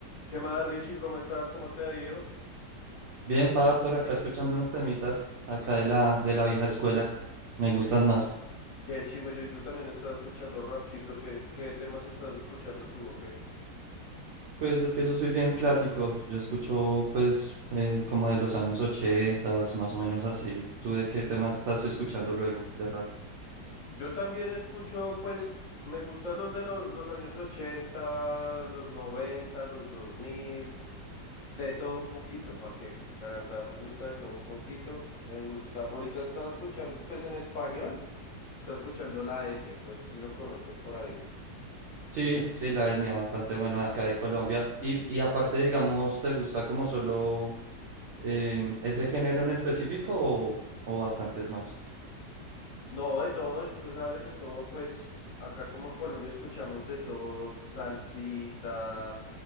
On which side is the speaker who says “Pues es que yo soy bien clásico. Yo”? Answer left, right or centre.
Right